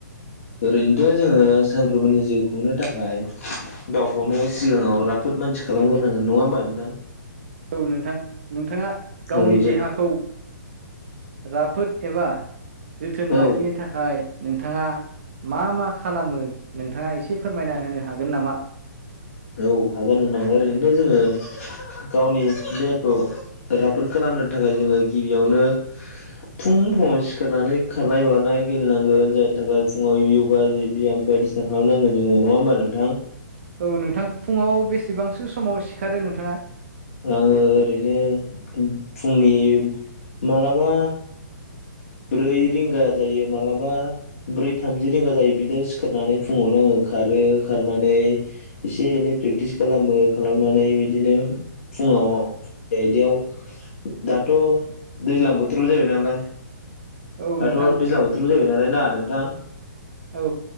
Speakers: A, on the left; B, on the right.
A: ओरैनोथ' जोङो सानफ्रोमबोनि जिउ खुंनो थाखाय गावखौनो सिगाङाव राफोद मानसि खालामग्रोनांगोन नङा होमबा नोंथां
B: औ नोंथां नोंथाङा गावनि
A: औ जे
B: देहाखौ राफोद एबा जोथोन
A: औ
B: लाखिनो थाखाय नोंथाङा मा मा खालामो नोंथाङा एसे फोरमायना होनो हागोन नामा
A: औ हागोन नोंथां ओरैनो दा जोङो गावनि देहाखौ राफोद खालामनो थाखाय जोङो गिबियावनो फुं फुङाव सिखारनानै खारनाय बारनाय गेलेनांगोन जायनि थाखाय फुङाव य'गा जि बि्याम बायदि सिस्था खालामनांगोन जोङो नङा होमबा नोंथां
B: औ नोंथां फुङाव बेसेबांसो समाव सिखारो नोंथाङा
A: आङो ओरैनो फुंनि मालाबा ब्रै रिंगा जायो मालाबा ब्रै थामजि रिंगा जायो बिदियाव सिखारनानै फुङावनो आङो खारो खारनानै एसे एनै प्रेक्टिस खालामो खालामनानै बिदिनो फुङाव आयदयाव दाथ' दैज्लां बोथोराव जाहैबाय नालाय
B: औ
A: दाथ'
B: नोंथां
A: दैज्लां बोथोरबो जाहैबाय नालाय ना नोंथां
B: औ